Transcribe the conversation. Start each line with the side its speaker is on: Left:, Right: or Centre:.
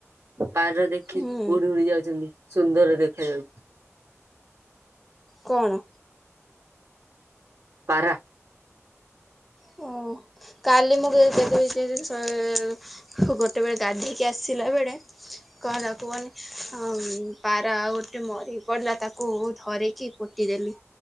Right: ପାରା ଦେଖି
Centre: ହୁଁ
Right: ଉଡି ଉଡି ଯାଉଛନ୍ତି। ସୁନ୍ଦର ଦେଖାଯାଉଛି।
Centre: କଣ?
Right: ପାରା
Centre: ହଁ। କାଲି ମୁଁ <unintelligible> ଗୋଟେବେଳେ ଗାଧେଇକି ଆସିଲା ବେଳେ କଣ ହେଲା କୁହନି? ହଁ ପାରା ଆଉ ଗୋଟେ ମରିକି ପଡିଲା ତାକୁ ଧରିକି ପୋତି ଦେଲି।